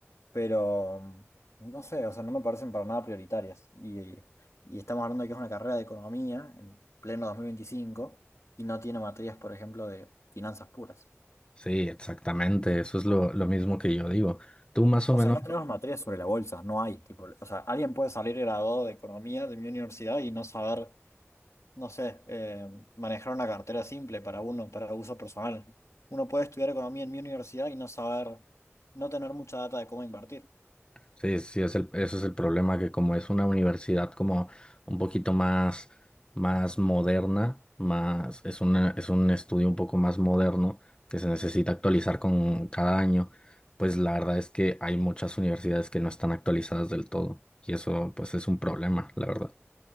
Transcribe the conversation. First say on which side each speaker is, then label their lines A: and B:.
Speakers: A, on the left (about 90°); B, on the left (about 20°).
A: pero mm, no sé, o sea, no me parecen para nada prioritarias. Y, y estamos hablando de que es una carrera de economía en pleno 2025 y no tiene materias, por ejemplo, de finanzas puras.
B: Sí, exactamente, eso es lo, lo mismo que yo digo. Tú más o
A: O
B: menos...
A: sea, no tenemos materias sobre la bolsa, no hay, tipo, o sea, alguien puede salir graduado de economía de mi universidad y no saber no sé, eh, manejar una cartera simple para uno, para uso personal. Uno puede estudiar economía en mi universidad y no saber, no tener mucha data de cómo invertir.
B: Sí, sí, es el, ese es el problema, que como es una universidad como un poquito más, más moderna, más, es una, es un estudio un poco más moderno que se necesita actualizar con cada año, pues la verdad es que hay muchas universidades que no están actualizadas del todo y eso pues es un problema, la verdad.